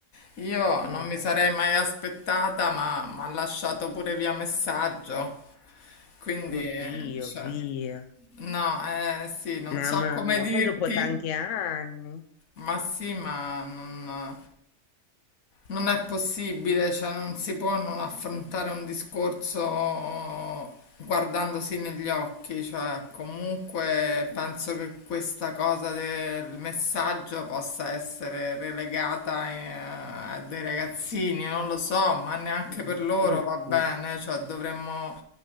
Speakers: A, on the left; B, on the left.
A: io
B: Oh,
A: non mi sarei mai aspettata, ma mi ha lasciato pure via messaggio. Quindi,
B: oddio,
A: eh, cioè,
B: via.
A: no, eh sì, non
B: Mamma
A: so come
B: mia,
A: dirti.
B: poi dopo tanti anni.
A: Ma sì, ma non, Non è possibile, cioè non si può non affrontare un discorso guardandosi negli occhi, cioè comunque
B: Eh,
A: penso che questa cosa del messaggio possa essere relegata eh, a dei ragazzini, non lo so, ma neanche
B: mm,
A: per loro
B: mm,
A: va bene,
B: mm,
A: cioè dovremmo